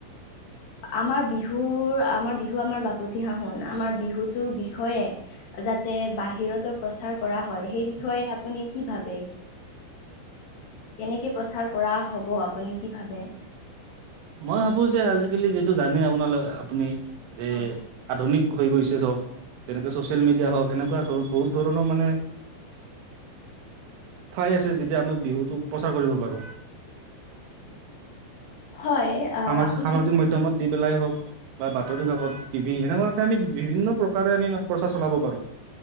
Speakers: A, on the left; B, on the right.
A: আমাৰ বিহুৰ আমাৰ বিহু আমাৰ বাপতি সাহোন আমাৰ বিহুটোৰ বিষয়ে যাতে বাহিৰতো প্ৰচাৰ কৰা হয় সেই বিষয়ে আপুনি কি ভাবে কেনেকে প্ৰচাৰ কৰা হব আপুনি কি ভাবে
B: মই ভাবো যে আজিকালি যিহেটো জানেই আপোনালোক আপুনি যে
A: হয়
B: আধুনিক হৈ গৈছে চব তেনেকে ছচিয়েল মিডিয়া হওক এনেকুৱা ধৰ বহুত ধৰণৰ মানে ঠাই আছে যেতিয়া আমি বিহুটোক প্ৰচাৰ কৰিব পাৰো।
A: <inaudible> হয় আহ
B: সামাজিক
A: আমি
B: সামাজিক
A: ঠিক
B: মাধ্যয়মত দি পেলাই হওঁক বা বাতৰি কাকত টিভি এনেকুৱাকে আমি বিভিন্ন প্ৰকাৰে আমি প্ৰচাৰ চলাব পাৰো